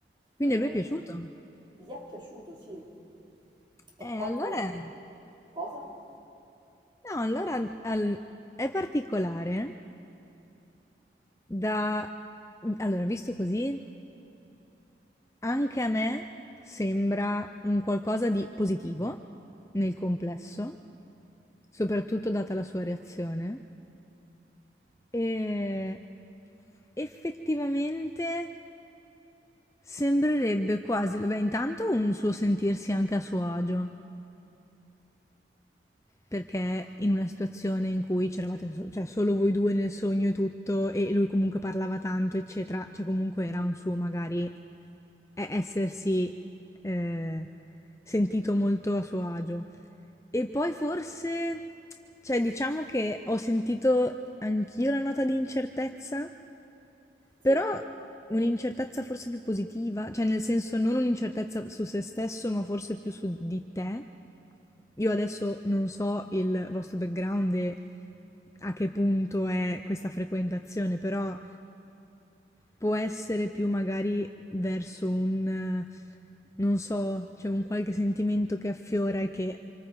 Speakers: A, on the left; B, on the right.
A: Quindi
B: e
A: a lui è piaciuto?
B: gli è piaciuto, sì. E
A: Eh,
B: quando...
A: allora...
B: Cosa?
A: No, allora al- è particolare da... Allora, visto così, anche a me sembra un qualcosa di positivo nel complesso, soprattutto data la sua reazione. Ehm, effettivamente sembrerebbe quasi beh, intanto un suo sentirsi anche a suo agio, perché in una situazione in cui c'eravate so cioè solo voi 2 nel sogno e tutto, e lui comunque parlava tanto, eccetera, cioè comunque era un suo magari e essersi, ehm, sentito molto a suo agio. E poi forse, cioè diciamo che ho sentito anch'io la nota di incertezza,
B: Sì.
A: però un'incertezza forse più positiva, cioè nel senso non un'incertezza su se stesso, ma forse più su di te. Io adesso non so il vostro background e a che punto è questa frequentazione, però può essere più magari verso un, eh, non so, c'è un qualche sentimento che affiora e che